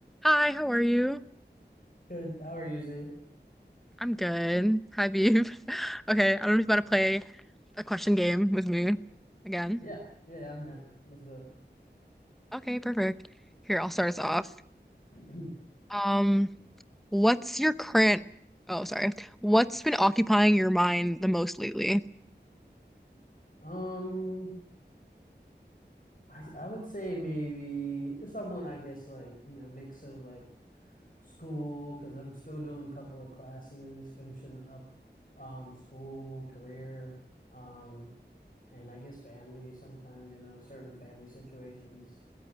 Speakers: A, in the centre; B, on the left.
A: Hi, how are you?
B: Good. How are you, Z?
A: I'm good. Hi, Beef. <laughs> Okay, I don't know if you want to play a question game with me again.
B: Yeah, yeah, I'm down. Let's do
A: Okay, perfect. Here, I'll start us off.
B: it. <clears throat>
A: Um, what's your current, oh, sorry. What's been occupying your mind the most lately?
B: Um, I I would say maybe someone I guess like you know mix of like school because I'm still doing a couple of classes, finishing up, um, school, career, um, and I guess family sometimes you know certain family situations.